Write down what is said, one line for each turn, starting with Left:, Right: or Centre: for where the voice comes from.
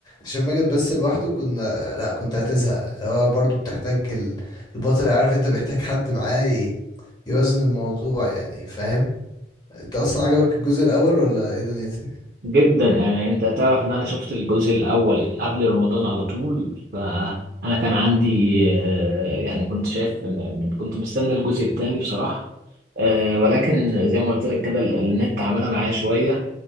Left: هشام ماجد بس لوحده كنا <laughs> لا كنت هتزهق هو برضو بتحتاج ال- البطل عارف انت بيحتاج حد معاه ي- يوازن الموضوع يعني فاهم انت اصلا عجبك الجزء الاول ولا ايه دنيتك
Right: جدا يعني انت تعرف ان انا شفت الجزء الاول قبل رمضان على طول فانا كان عندي آه، يعني كنت شايف إن- كنت مستني الجزء الثاني بصراحة آه، ولكن زي ما قلت لك كده ال- النت عملها معايا شوية